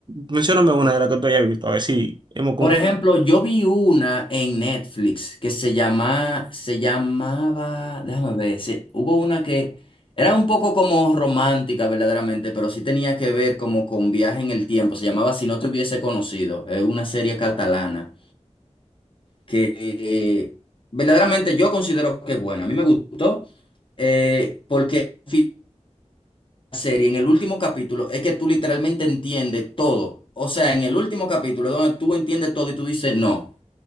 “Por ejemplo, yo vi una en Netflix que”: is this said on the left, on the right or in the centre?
Left